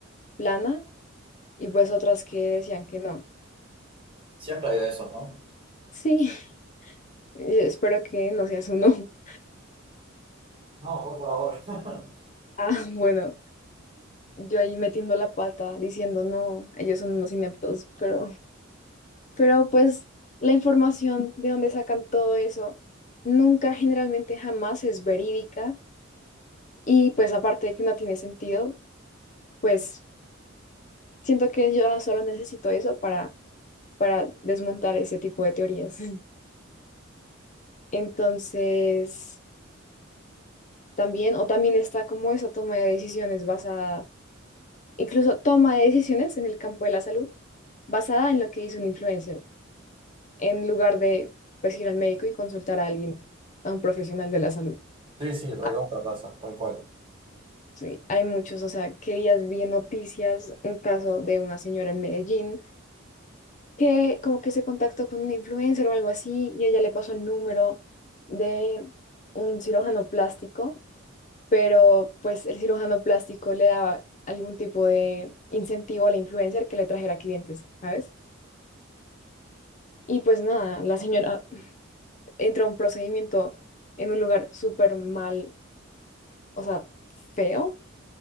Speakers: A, on the left; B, on the right.
A: plana y pues otras que decían que no.
B: Siempre hay de esos, ¿no?
A: Sí, <laughs> y espero que no seas uno. <laughs>
B: No, por favor. <laughs>
A: Ah, bueno. yo ahí metiendo la pata, diciendo, no, ellos son unos ineptos, pero, pero pues la información de donde sacan todo eso nunca, generalmente jamás es verídica y pues aparte de que no tiene sentido, pues siento que yo solo necesito eso para, para desmontar ese tipo de teorías. Mm. Entonces, también, o también está como esa toma de decisiones basada, incluso toma de decisiones en el campo de la salud, basada en lo que hizo un influencer en lugar de pues ir al médico y consultar a alguien, a un profesional de la salud.
B: Sí, sí, recontra
A: Ah,
B: pasa, tal cual.
A: Sí, hay muchos, o sea, que días vi en noticias un caso de una señora en Medellín que como que se contactó con un influencer o algo así y ella le pasó el número de un cirujano plástico, pero pues el cirujano plástico le daba algún tipo de incentivo al influencer que le trajera clientes, ¿sabes? Y pues nada, la señora entró a un procedimiento en un lugar súper mal o sea, feo,